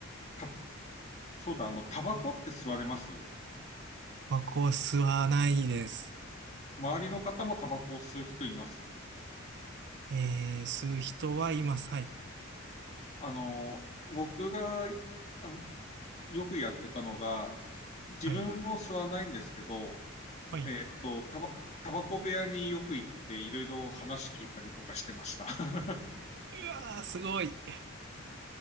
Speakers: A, on the left; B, on the right.
A: たそうだ、あの、タバコって吸われます
B: タコは吸わないです。
A: 周りの方もタバコを吸う人います
B: えー、吸う人はいます。はい。
A: あの、僕があのよくやってたのが、自分も吸わないんですけど、
B: はい。はい。
A: えーっと、タバ、タバコ部屋によく行っていろいろ話聞いたりとかしてました。<laughs>
B: うわー、すごい。